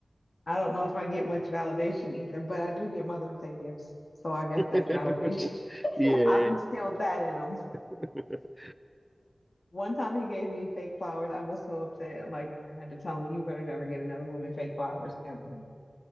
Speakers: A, on the left (about 60°); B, in the centre.
A: I don't know if I get much validation either, but I do get Mother's Day gifts. So I guess
B: things.
A: that's validation. <laughs>
B: <laughs> yeah.
A: I've instilled that in them.
B: <laughs>
A: One time he gave me fake flowers. I was so upset. I'm Like, I had to tell him, you better never get another woman fake flowers ever. <laughs>